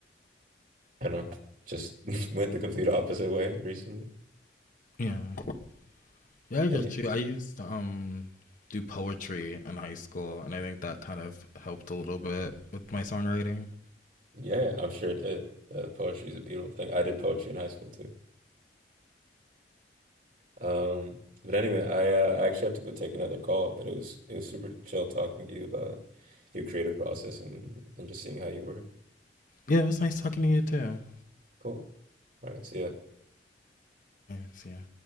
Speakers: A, on the right; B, on the left.
A: I don't know, just <laughs> went the complete opposite way recently.
B: Yeah. Yeah, I get
A: And it,
B: you. I used to um do poetry in high school, and I think that kind of helped a little bit with my songwriting.
A: yeah, I'm sure it, it uh, poetry is a beautiful thing. I did poetry in high school too. Um, but anyway, I uh, I actually have to go take another call, but it was it was super chill talking to you about your creative process and and just seeing how you work.
B: Yeah, it was nice talking to you too.
A: Cool. All right, see ya.
B: Thanks, yeah.